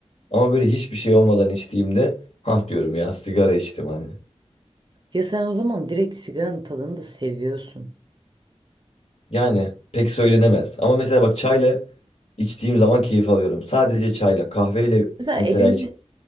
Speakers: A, on the left; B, on the right.
A: Ama böyle hiçbir şey olmadan içtiğimde hah diyorum ya sigara içtim hani.
B: Ya sen o zaman direkt sigaranın tadını da seviyorsun.
A: Yani pek söylenemez. Ama mesela bak çayla içtiğim zaman keyif alıyorum. Sadece çayla kahveyle
B: Mesela
A: mesela
B: elinde